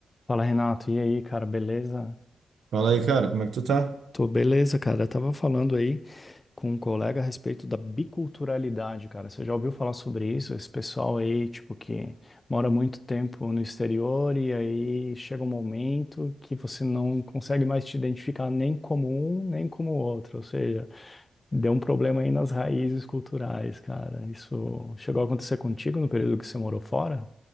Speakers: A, on the left; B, on the right.
A: Fala, Renato. E aí, cara, beleza?
B: Fala aí, cara, como é que tu tá?
A: Tô beleza, cara. Eu tava falando aí com um colega a respeito da biculturalidade, cara. Você já ouviu falar sobre isso? Esse pessoal aí, tipo, que mora muito tempo no exterior e aí chega um momento que você não consegue mais te identificar nem como um, nem como outro. Ou seja, deu um problema aí nas raízes culturais, cara. Isso chegou a acontecer contigo no período que você morou fora?